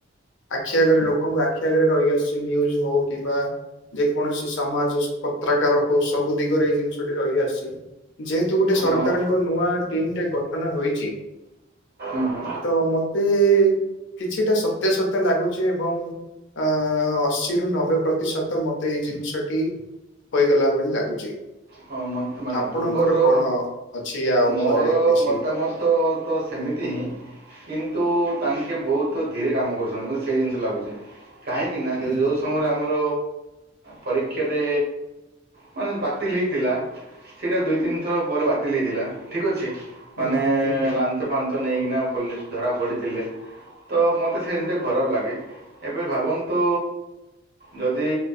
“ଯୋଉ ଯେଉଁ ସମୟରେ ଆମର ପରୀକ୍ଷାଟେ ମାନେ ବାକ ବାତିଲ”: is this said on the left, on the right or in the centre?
Right